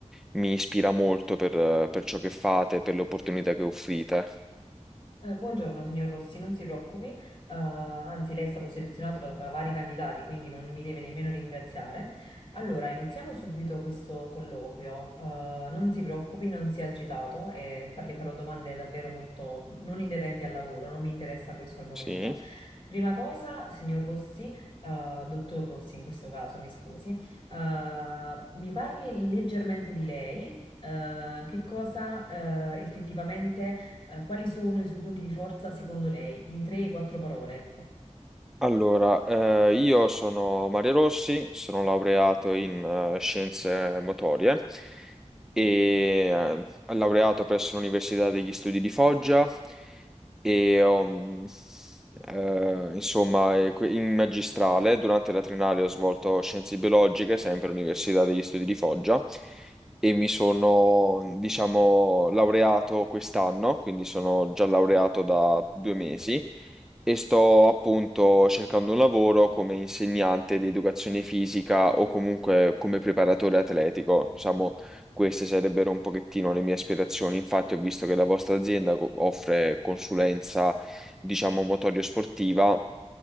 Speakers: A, in the centre; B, on the left.
A: mi ispira molto per, eh, per ciò che fate, per le opportunità che offrite.
B: Eh, Buongiorno signor Rossi, non si preoccupi, eh, anzi lei è stato selezionato da- tra vari candidati, quindi non mi deve nemmeno ringraziare. Allora, iniziamo subito questo colloquio. Eh, non si preoccupi, non sia agitato e fa- le farò domande davvero molto non inerenti al lavoro, non mi interessa questo al momento.
A: Sì.
B: Prima cosa, signor Rossi, eh, dottor Rossi in questo caso, mi scusi, eh, mi parli leggermente di lei, eh, che cosa, eh, effettivamente eh, quali sono i suoi punti di forza secondo lei? In tre, quattro parole, ecco.
A: Allora, eh, io sono Mario Rossi, sono laureato in eh, scienze motorie e eh, laureato presso l'Università degli Studi di Foggia e ho, mh, eh, insomma, eh, que- in magistrale durante la triennale ho svolto scienze biologiche, sempre all'Università degli Studi di Foggia e mi sono, diciamo, laureato quest'anno, quindi sono già laureato da due mesi e sto appunto cercando un lavoro come insegnante di educazione fisica o comunque come preparatore atletico. Diciamo, queste sarebbero un pochettino le mie aspirazioni. Infatti, ho visto che la vostra azienda co- offre consulenza, diciamo, motorio sportiva